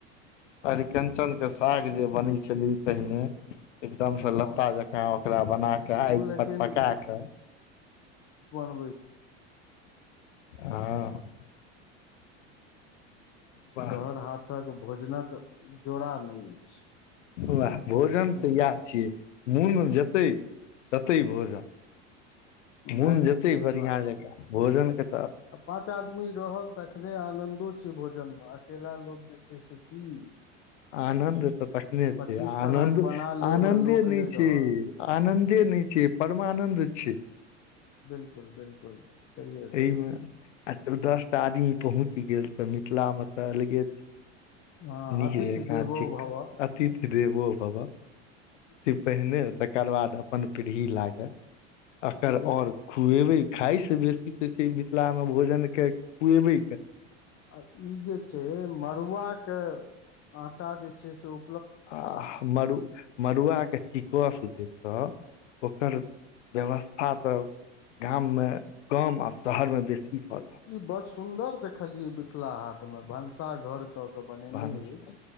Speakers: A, on the left; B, on the left.
A: अरिकंचन क साग जे बनै छलै पहिने एकदम से लत्ता
B: वाह
A: जका ओकरा बना क आइग
B: ओ लेकिन
A: पर पका क
B: <unintelligible>
A: हँ
B: कि
A: वाह
B: तोहर हाथक भोजनक जोड़ा नहि अछि
A: वाह भोजन
B: हुं
A: त याह नुन जतै तते भोजन नुन
B: नहि नहि
A: जेतै
B: सही
A: बढ़िआं
B: बात छै
A: जकाँ भोजन क
B: आ पाँच आदमी रहल त तखने आनन्दो छै भोजनमे अकेला लोक जे छै ओहिस की
A: आनन्द तऽ तखने
B: पच्चीस
A: छै आनन्दो
B: तरहक बना लेब
A: आनन्दे
B: आ लोक
A: नहि छै
B: रहल
A: आनन्दे नइ छै परमानन्द छै
B: बिल्कुल बिल्कुल छैहे
A: एहिमे
B: तऽ
A: आ तब दस टा आदमी पहुँच गेल तऽ मिथिला मे तऽ अलगे छै
B: हँ
A: नीक
B: अतिथि
A: जकाँ
B: देवो
A: चिक्क
B: भव
A: अतिथि देवो भबह पहिने तकर बाद अपन पीढ़ी लागे एकर
B: छैहे
A: आऔर
B: तऽ
A: खुएबै
B: छैहे
A: खाय से बेसी तऽ छै मिथिलामे भोजनक खुएबैक
B: आ ई जे छै मड़ुआक आटा जे छै से उ
A: आ मड़ु मड़ुआके चिकस जे छौ ओकर व्यवस्था तऽ गाममे कम आ शहरमे बेसी भऽ रहल अछि
B: ई बड़ सुन्दर देखलियै मिथिला हाट मे भनसा घरक क बनेने
A: भनस
B: अछि